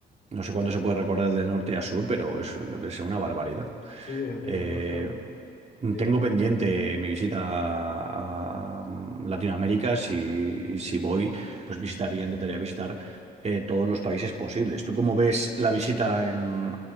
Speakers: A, on the right (about 35°); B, on the left (about 55°).
A: No sé cuánto se puede recorrer de norte a sur, pero es, es una barbaridad.
B: Sí, es, es
A: Eh,
B: demasiado. Es-
A: tengo pendiente mi visita a a Latinoamérica. Si, si voy, pues visitaría, intentaría visitar eh, todos los países posibles. ¿Tú cómo ves la visita en,